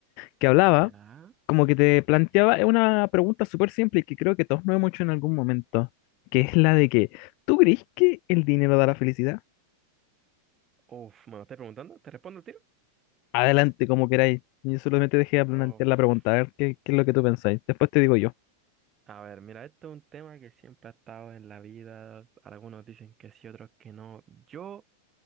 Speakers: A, on the left; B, on the right.
A: Que hablaba,
B: Ya.
A: como que te planteaba una pregunta súper simple y que creo que todos nos hemos hecho en algún momento. Que es la de que, ¿tú crees que el dinero da la felicidad?
B: Uf, ¿me lo estás preguntando? ¿Te respondo el tiro?
A: Adelante, como queráis. Yo solamente dejé de plantear
B: Uf.
A: la pregunta, a ver qué, qué es lo que tú pensáis. Después te digo yo.
B: A ver, mira, esto es un tema que siempre ha estado en la vida. Algunos dicen que sí, otros que no. Yo,